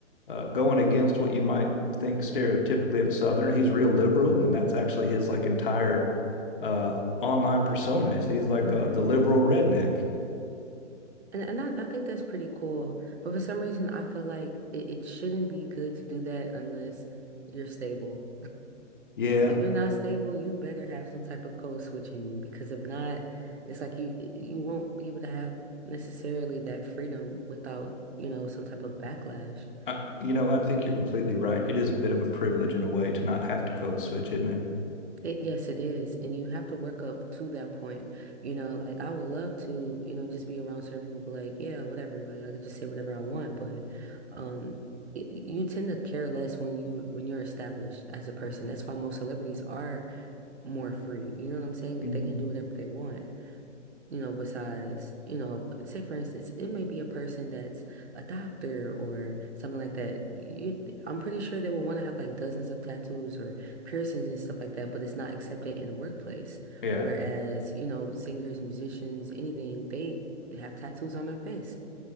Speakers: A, on the left; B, on the right.
A: uh, going against what you might think stereotypically of a southerner. He's real liberal, and that's actually his like entire uh, online persona. He's like
B: hmm
A: uh, the liberal redneck.
B: And and I, I think that's pretty cool. But for some reason I feel like it, it shouldn't be good to do that unless you're stable.
A: Yeah,
B: If you're not stable, you better have some type of code switch in you because if not, it's like you you won't be able to have necessarily that freedom without, you know, some type of backlash.
A: I, you know I think you're completely right. It is a bit of a privilege in a way to not have to code switch, isn't it?
B: It, yes, it is. And you have to work up to that point. You know, like I would love to, you know, just be around certain people, be like, yeah, whatever. Like I could just say whatever I want, but um y- you tend to care less when you when you're established as a person. That's why most celebrities are more free. You know what I'm saying?
A: Mm.
B: They can do whatever they want. You know, besides, you know, say for instance, it may be a person that's a doctor or something like that. You, I'm pretty sure they will want to have like dozens of tattoos or piercings and stuff like that, but it's not accepted in the workplace.
A: Yeah.
B: Whereas, you know, singers, musicians, anything, they have tattoos on their face